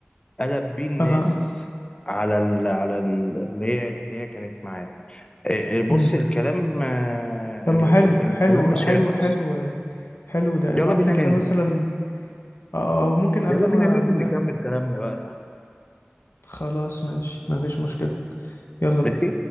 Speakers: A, on the left (about 25°); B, on the left (about 70°).
A: قلب بيه الناس
B: انا
A: على ال... على ال- اللي هي اللي هي كانت معاه آه، آه، بص
B: امم
A: الكلام آه،
B: طب
A: ال...
B: ما حلو
A: ال... الكلام
B: حلو
A: مش
B: حلو
A: هيخلص
B: حلو حلو ده ابعت
A: يلا بينا
B: لي كده
A: ننزل
B: مثلا او أو ممكن قبل
A: يلا
B: ما
A: بينا ننزل
B: ن...
A: نكمل كلامنا بقى تحت
B: خلاص ماشي مفيش مشكلة يلا بينا
A: ماشي